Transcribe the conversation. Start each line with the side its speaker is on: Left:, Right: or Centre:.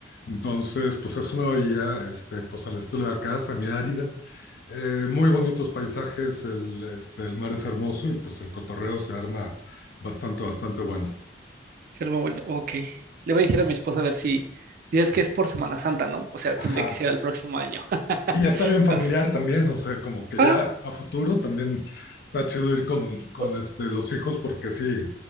Left: Entonces, pues es una bahía, este, pues al estilo de acá, semiárida, eh, muy bonitos paisajes, el, este, el mar es hermoso y pues el cotorreo se arma bastante, bastante bueno.
Right: ser muy bueno, ok. Le voy a decir a mi esposa a ver si dices que es por Semana Santa, ¿no? O sea,
Left: Ajá.
Right: tendría que ser al próximo año. <laughs>
Left: Y ya está bien familiar
Right: As-
Left: también, o sea, como que
Right: Ah,
Left: ya a futuro también está chido ir con, con
Right: oh,
Left: este, los hijos porque sí,